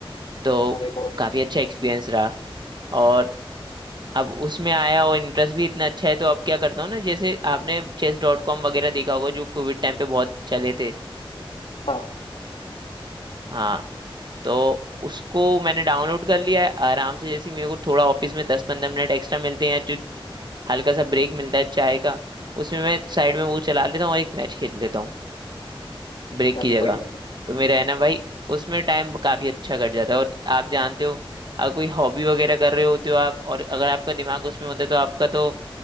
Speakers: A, on the right; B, on the left.
A: तो
B: अरे बहुत ही
A: काफी अच्छा एक्सपीरियंस रहा और अब उसमें आया और इंटरेस्ट भी इतना अच्छा है तो अब क्या करता हूँ ना जैसे आपने चेस डॉट कॉम वगैरह देखा होगा जो कोविड टाइम पे बहुत चले थे
B: बढ़िया। हाँ
A: हाँ तो उसको मैंने डाउनलोड कर लिया है आराम से जैसे ही मेरे को थोड़ा ऑफिस में दस पंद्रह मिनट एक्स्ट्रा मिलते हैं जो हल्का सा ब्रेक मिलता है चाय का उसमें मैं साइड में वो चला लेता हूँ और एक मैच खेल लेता हूँ ब्रेक की
B: अरे
A: जगह
B: बढ़िया बढ़िया
A: तो मेरा है ना भाई उसमें टाइम काफी अच्छा कट जाता है और आप जानते हो अगर कोई हॉबी वगैरह कर रहे होते हो आप और अगर आपका दिमाग उसमें होता है तो आपका तो